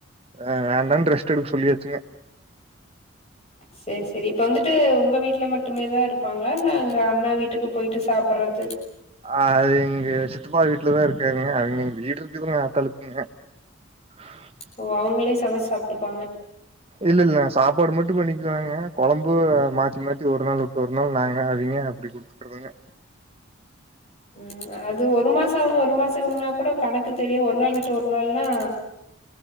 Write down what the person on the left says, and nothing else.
செரி செரி இப்ப வந்துட்டு உங்க வீட்ல மட்டுமே தா இருப்பாங்களா இல்ல அங்க அண்ணா வீட்டுக்கு போயிட்டு சாப் சாப்புறது
ஓ அவங்களே சமைச்சு சாப்ட்டுப்பாங்க
ம் அது ஒரு மாச அவுங்க ஒரு மாச இவுங்கன்னா கூட கணக்கு தெரியு ஒரு நாள் விட்டு ஒரு நாள்னா